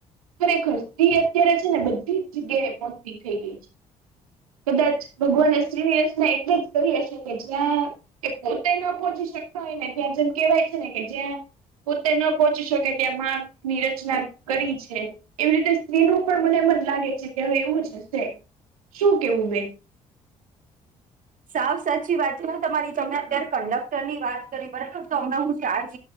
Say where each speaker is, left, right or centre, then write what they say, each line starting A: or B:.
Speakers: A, on the right (about 75°); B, on the right (about 45°).
A: ખરેખર સ્ત્રી એક. અત્યારે છે ને બધી જ જગ્યાએ પહોચતી થઈ ગઈ છે કદાચ. ભગવાને સ્ત્રીની રચના એટલે જ કરી હશે કે જ્યાં. એ પોતે ન પહોંચી શકતા હોય ને ત્યાં જેમ કેહેવાય છે ને કે જ્યાં. પોતે ન પહોંચી શકે ત્યાં માંની રચના કરી છે. એવી રીતે સ્ત્રીનું પણ મને એમ જ લાગે છે કે હવે એવું જ હશે શું કેવું બેન.
B: સાવ સાચી વાત છે હો તમારી તમને અત્યારે કંડક્ટર ની વાત કરી બરાબર તો તમને હું ચાર્જ.